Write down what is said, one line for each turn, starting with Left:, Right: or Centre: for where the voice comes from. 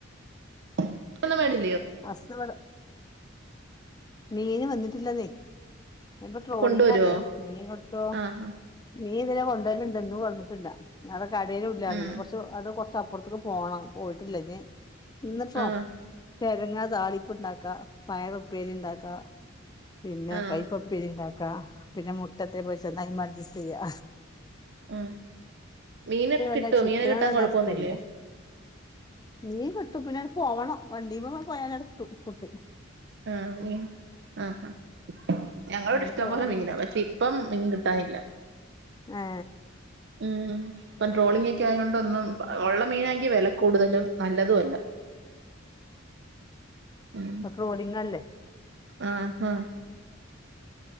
Right: <unintelligible>
Left: ഹസ് വടെ മീന് വന്നിട്ടില്ലെന്നെ ഇപ്പൊ ട്രോളിങ്ല്ലേ
Right: കൊണ്ടുവരുവോ
Left: മീൻ കിട്ടോ
Right: ആഹ്
Left: നീ ഇതിലെ കൊണ്ടുവലുണ്ടുന്ന് പറഞ്ഞിട്ടില്ല കടയിലും ഇല്ലാര്ന്ന്
Right: ഉം
Left: കൊറച്ച് അത് കൊറച്ച് പുറത്തേക്ക് പോണം പോയിട്ടില്ല ഇനി ഇന്നിപ്പോ
Right: ആഹ്
Left: കേഴങ്ങ് താളിപ്പ്ണ്ടാക്കാം പയർ ഉപ്പേരി ഉണ്ടാക്ക ക്കാ പിന്നെ
Right: ആഹ്
Left: കൈപ്പപ്പിരി ഇണ്ടാക്കാ പിന്നെ മുട്ടത്തെ പൊരിച്ച് <unintelligible> അഡ്ജസ്റ്റ് ചെയ്യാ
Right: ഉം മീനൊക്കെ കിട്ടോ
Left: <unintelligible> ചിക്കനോട്‌
Right: മീന് കിട്ടാൻ
Left: വല്ല
Right: കൊഴപ്പൊന്നുല്ലേ
Left: ഇസ്ത്തല്ല മീൻ കിട്ടും പിന്നെ പോവണം വണ്ടീമേ പോയാലടുത്തു കിട്ടും
Right: ആ ആഹ് ആ ഞങ്ങളിവിടെ
Left: അങ്ങട്
Right: ഇഷ്ടം
Left: പോവണം
Right: പോലെ മീനാ പക്ഷെ ഇപ്പം മീൻ കിട്ടാനില്ല
Left: ഏ
Right: ഉം ഇപ്പം ട്രോളിംഗ് ഒക്കെ ആയൊണ്ട് ഒന്നും ഒള്ള മീനാങ്കി വെല കൂടുതലും നല്ലതു അല്ല ഉം
Left: പ്പ ട്രോളിംഗ് അല്ലേ
Right: ആഹ് ഹാ